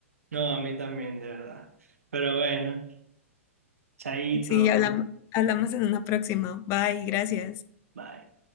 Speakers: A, on the right (about 80°); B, on the left (about 35°).
A: No, a mí también, de verdad. Pero bueno, chaito,
B: Sí, hablamos, hablamos en una próxima. Bye, gracias.
A: bye.